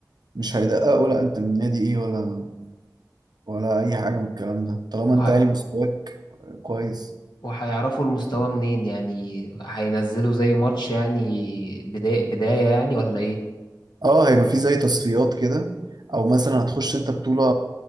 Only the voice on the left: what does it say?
وه-
وهيعرفوا المستوى منين يعني هينزلوا زي ماتش يعني بداية بداية يعني ولا ايه